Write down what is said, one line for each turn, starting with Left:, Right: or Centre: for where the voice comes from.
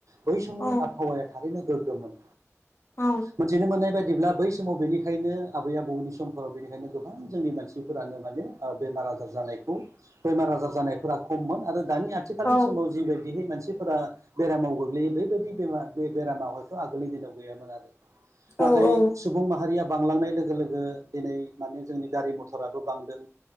Right: बै समनि
Left: औ
Right: आबहावाया थारैनो गोग्गोममोन
Left: औ
Right: मिथिनो मोननाय बायदिब्ला बै समाव बेनिखायनो आबै आबौनि समफोराव बेनिखायनो गोबां जोंनि मानसिफोरानो माने बेमार आजार जायो बेमार आजार जानायफोरा खममोन आरो दानि आथिखालनि
Left: औ
Right: समाव जिबायदि मानसिफोरा बेरामाव गोग्लैयो बेबायदि बे बे बेरामाव हायथ आगोलनि दिनाव गैयामोन आरो
Left: औ
Right: नाथाय
Left: औ
Right: सुबुं माहारिया बांलांनाय लोगो लोगो दिनै माने जोंनि गारि मथराबो बांदों